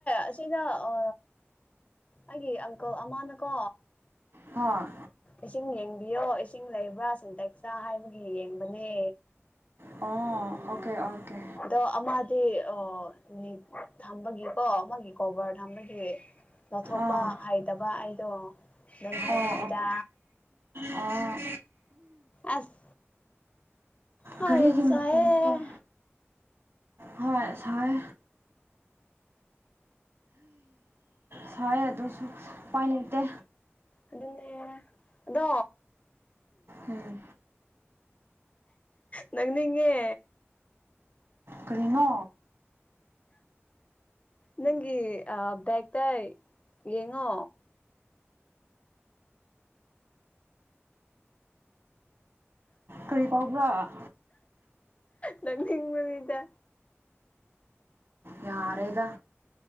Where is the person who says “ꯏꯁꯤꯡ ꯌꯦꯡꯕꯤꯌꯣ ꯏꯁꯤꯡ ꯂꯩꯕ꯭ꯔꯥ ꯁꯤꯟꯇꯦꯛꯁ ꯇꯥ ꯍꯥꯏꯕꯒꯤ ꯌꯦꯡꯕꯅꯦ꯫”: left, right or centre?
Left